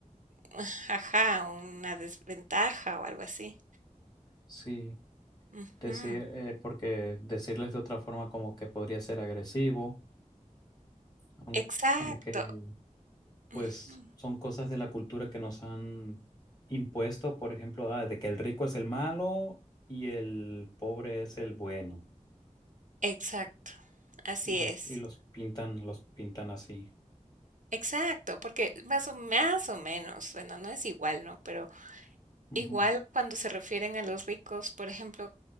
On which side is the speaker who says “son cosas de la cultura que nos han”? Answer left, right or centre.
Left